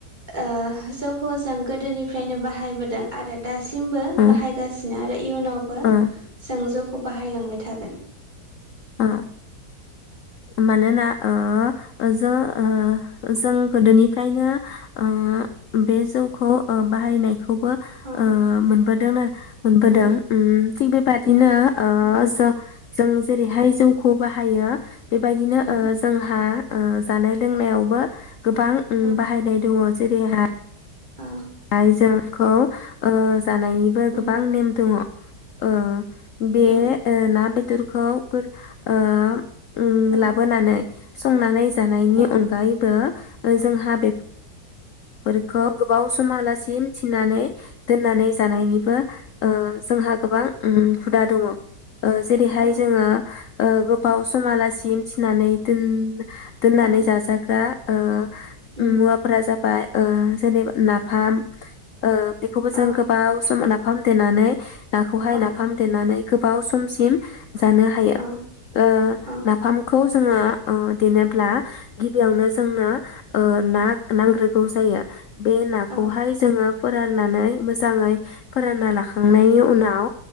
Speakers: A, on the right; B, on the left.
A: ओ जौखौ जों गोदोनिफ्रायनो बाहायबोदों आरो दासिम मबो
B: उम
A: बाहायगासिनो आरो इयुनावबो
B: ओ
A: जों जौखौ बाहायलांबाय थागोन
B: औ मानोना ओ ओ जो ओ जों गोदोनिफ्रायनो ओ बे जौखौ बाहायनाय खौबो
A: औ
B: ओ मोनबोदों मोनबोदों
A: उम
B: ओम थिग बेबायदिनो
A: उम
B: ओ जो जों जेरैहाय जोंखौ बाहायो बेबायदिनो
A: उम
B: ओ जोंहा ओ जानाय लोंनायावबो गोबां ओम
A: ओ
B: बाहायनाय दङ जेरैहाय
A: ओ
B: आइ जेंखौ जानायनिबो गोबां
A: उम
B: नेम दोङ' ओ बे
A: उम
B: ओ ना बेदरखौ गोर ओ ओम
A: औ
B: लाबोनानै संनानै जानायनि
A: औ
B: अनगायैबो ओजोंहा बेफ फोरखौ गोबाव समहालासिम थिनानै दोननानै जानायनिबो ओ जोंहा गोबां ओम हुदा दङ'। ओ जेरैहाय
A: औ
B: जोङो ओ गो बाव समालासिम थिनानै दोन दोननानै
A: औ
B: जाजाग्रा ओ
A: उम
B: मुवाफोरा जाबाय ओ जेनेबा ना फाम ओ बेखौबो जों
A: औ
B: गोबाव सम फाम देनानै नाखौहाय
A: औ
B: नाफाम देनानै गोबाव समसिम जानो हायो।
A: औ
B: ओ
A: औ
B: नाफामखौ ङो ओ देनोब्ला गिबियावनो ज जोंनो ओ ना नांग्रोगौ जायो बे नाख खौहाय
A: औ
B: जोङो फोराननानै मोजाङै फोरानना लाख खांनायनि उनाव